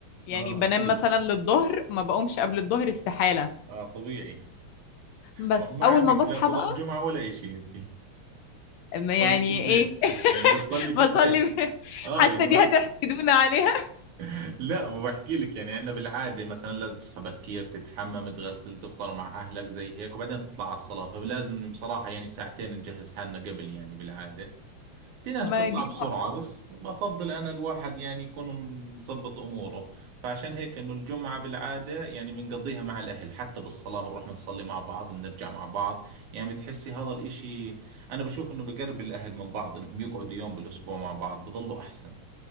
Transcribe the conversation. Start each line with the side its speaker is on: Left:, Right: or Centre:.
Left: يعني
Right: اه
Left: بنام
Right: اكيد
Left: مثلا للظهر ما بقومش قبل الظهر استحاله
Right: اه طبيعي
Left: بس
Right: ما هو ما
Left: اول
Right: عندك
Left: ما بصحى
Right: لا صلاة
Left: بقى
Right: جمعة ولا اشي انت
Left: أما
Right: تصلي
Left: يعني
Right: في البيت
Left: ايه <laughs>
Right: يعني بتصلي في
Left: بصلي
Right: البيت اه
Left: حتى
Right: يعني
Left: دي
Right: ما
Left: هتحسدونا عليها
Right: <laughs> لا ما بحكي لك يعني عندنا بالعادة مثلا لازم تصحى بكير تتحمم تغسل تفطر مع اهلك زي هيك وبعدين تطلع على الصلاة فلازم بصراحة يعني ساعتين نجهز حالنا قبل يعني بالعادة في ناس
Left: ما
Right: بتطلع
Left: دي
Right: بسرعة بس بفضل أنا الواحد يعني يكون مظبط أموره فعشان هيك إنه الجمعة بالعادة يعني بنقضيها مع الأهل حتى بالصلاة بنروح بنصلي مع بعض بنرجع مع بعض يعني بتحسي هذا الإشي أنا بشوف إنه بقرب الأهل من بعض إنهم يقعدوا يوم بالأسبوع مع بعض بظلوا أحسن